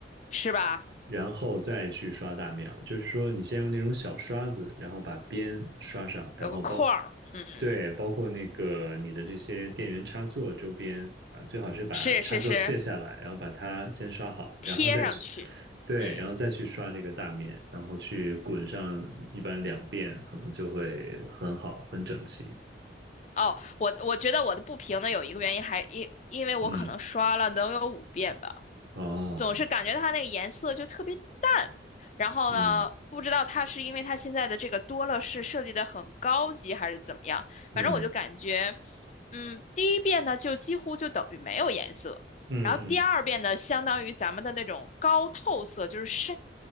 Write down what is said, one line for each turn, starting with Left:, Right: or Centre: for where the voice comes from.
Left: 是吧？
Right: 然后再去刷大面儿，就是说你先用那种小刷子，然后把边刷上，然后包。
Left: 有个框儿，嗯，
Right: 对，包括那个你的这些电源插座周边啊，最好是把插座卸下来，
Left: 是是是，
Right: 然后把它先刷好，
Left: 贴上去，
Right: 然后再去，对，
Left: 嗯，
Right: 然后再去刷这个大面，然后去滚上一般两遍，可能就会很好，很整齐。
Left: 哦，我我觉得我的不平呢，有一个原因还因因为我可能刷了能有五遍吧。
Right: 嗯，哦，
Left: 总是感觉它那个颜色就特别淡。然后呢，
Right: 嗯
Left: 不知道它是因为它现在的这个多乐士设计的很高级，还是怎么样。
Right: 嗯
Left: 反正我就感觉，嗯，第一遍呢就几乎就等于没有颜色，
Right: 嗯嗯
Left: 然后第二遍呢相当于咱们的那种高透色，就是深